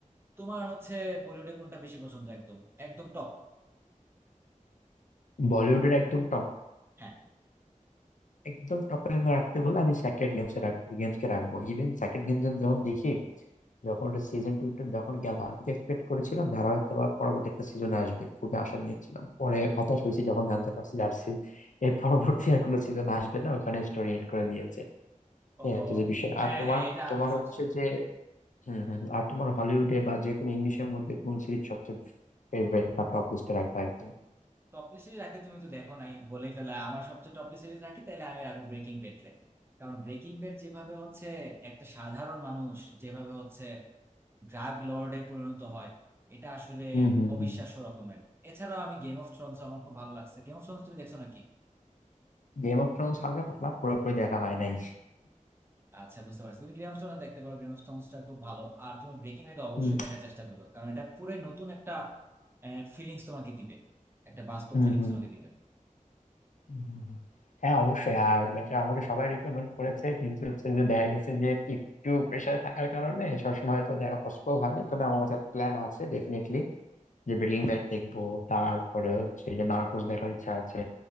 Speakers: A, on the right (about 15°); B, on the left (about 70°).
A: তোমার হচ্ছে বলিউডে কোনটা বেশি পছন্দ একদম একদম টপ
B: বলিউডের একদম টপ
A: হ্যাঁ
B: একদম টপে রাখতে বলে আমি স্যাক্রেড গেমস এ রাখবো গেমস কে রাখবো ইভেন স্যাক্রেড গেমস যখন দেখি যখন ওটা সিজন টু যখন গেল আমি এক্সপেক্ট করেছিলাম ধারা হয়তো বা পরবর্তী একটা সিজন আসবে খুবই আশা নিয়েছিলাম পরে হতাশ হয়েছি যখন জানতে পারছি আর সি- এর পরবর্তী আর কোনো সিজন আসবে না ওখানে স্টোরি এন্ড করে দিয়েছে
A: ওহো
B: এই হচ্ছে যে বিষয়
A: হ্যাঁ
B: আর তোমার
A: হ্যাঁ এটা
B: তোমার
A: আমিও শুনছি
B: হচ্ছে যে হম হম আর তোমার হলিউডে বা যে কোনো ইংলিশের মধ্যে কোন সিরিজ সবচেয়ে ফেভারিট বা টপ লিস্টে রাখবা একদম
A: টপলি সিরিজ রাখে তুমি তো দেখো নাই বলেই ফেলা আমার সবচেয়ে টপলি সিরিজ রাখি তাহলে আমি রাখবো ব্রেকিং ব্যাড রে কারণ ব্রেকিং ব্যাড যেভাবে হচ্ছে একটা সাধারণ মানুষ যেভাবে হচ্ছে ড্রাগ লর্ডে পরিণত হয় এটা আসলে
B: হম হম
A: অবিশ্বাস্য
B: হম
A: রকমের এছাড়াও আমি গেম অফ থ্রোনস আমার খুব ভালো লাগছে গেম অফ থ্রোনস তুমি দেখছো নাকি
B: গেম অফ থ্রোনস হালকা পাতলা পুরোপুরি দেখা হয় নাই
A: আচ্ছা বুঝতে পারছি তুমি গেম অফ থ্রোনস দেখতে পারো গেম অফ থ্রোনসটা খুব ভালো আর তুমি ব্রেকিং ব্যাড অবশ্যই
B: হুম,
A: দেখার চেষ্টা করো কারণ এটা পুরো নতুন একটা ফিলিংস তোমাকে দিবে একটা বাস্তব
B: হুম,
A: ফিলিংস
B: হুম,
A: তোমাকে দিবে
B: হুম, হুম, হুম। হ্যাঁ অবশ্যই আর এটা আমাকে সবাই রিকমেন্ড করেছে কিন্তু হচ্ছে যে দেখা গেছে যে একটু প্রেশারে থাকার কারণে সবসময় হয়তো দেখা পসিবল হয় না তবে আমার মাথায় প্ল্যান আছে ডেফিনেটলি যে ব্রেকিং ব্যাড দেখবো তারপরে হচ্ছে যে নার্কোস দেখার ইচ্ছা আছে